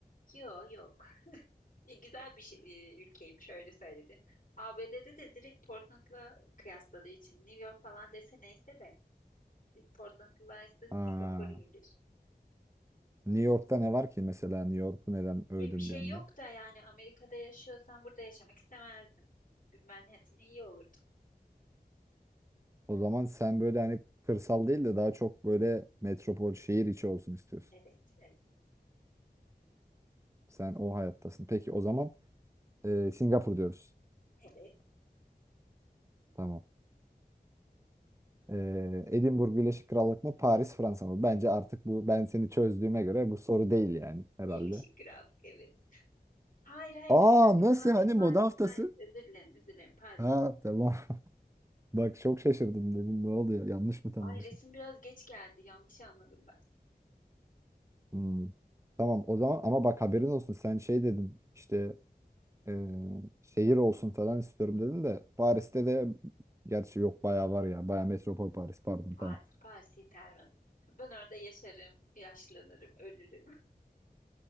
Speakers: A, on the left (about 55°); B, on the right (about 15°).
A: Yok yok. E, güzel bir şey, e, ülkeymiş öyle söyledin. ABD'de de direkt Portland'la kıyasladığı için New York falan dese neyse de Portland'la ise Singapur
B: Ha.
A: iyidir.
B: New York'ta ne var ki mesela New York'u neden övdün
A: Ya bir şey
B: bir anda?
A: yok da yani Amerika'da yaşıyorsan burada yaşamak istemezdim. Bir Manhattan iyi olurdu.
B: O zaman sen böyle hani kırsal değil de daha çok böyle metropol şehir içi olsun istiyorsun.
A: Evet, evet,
B: Sen o hayattasın. Peki o zaman e, Singapur diyoruz.
A: evet.
B: Tamam. E, Edinburgh Birleşik Krallık mı Paris Fransa mı? Bence artık bu ben seni çözdüğüme göre bu soru değil yani herhalde.
A: Birleşik Krallık, evet. Hayır, hayır
B: Aa
A: bir tane
B: nasıl
A: Paris,
B: hani
A: Paris,
B: moda haftası?
A: hayır. Özür dilerim, özür dilerim Paris.
B: Ha tamam. <laughs> Bak çok şaşırdım dedim ne oluyor yanlış mı tanımışım?
A: Ay resim biraz geç geldi, yanlış anladım ben.
B: Hmm. Tamam o zaman ama bak haberin olsun sen şey dedin işte e, şehir olsun falan istiyorum dedim de Paris'te de gerçi yok bayağı var ya. Bayağı metropol Paris pardon
A: Paris,
B: tamam.
A: Paris yeter bana. Ben orada yaşarım, yaşlanırım, ölürüm.